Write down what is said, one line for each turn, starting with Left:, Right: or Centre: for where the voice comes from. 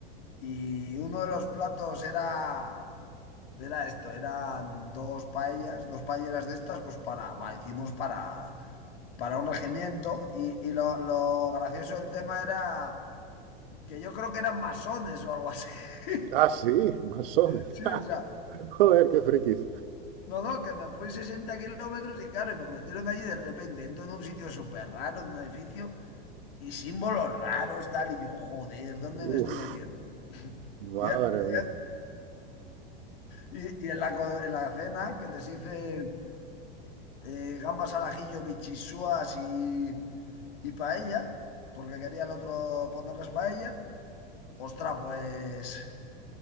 Left: Y uno de los platos era, era esto, eran dos paellas, dos paelleras de estas, pues para, va, hicimos para, para un regimiento. Y, y lo, lo gracioso del tema era que yo creo que eran masones o algo así. <laughs>
Right: Ah, sí, masones.
Left: Sí,
Right: <laughs>
Left: o sea,
Right: Joder, qué frikis.
Left: no, no, que me fui 60 kilómetros y claro, y me metieron allí de repente, entro en un sitio súper raro, en un edificio. y símbolos raros, tal, y yo, joder, ¿dónde me estoy
Right: Uf,
Left: metiendo?
Right: madre
Left: Ya- ya-
Right: mía.
Left: y, y en la, co- en la cena que les hice eh, gambas al ajillo, bichisuas y, y paella, porque quería el otro ponerles paella, ostras, pues,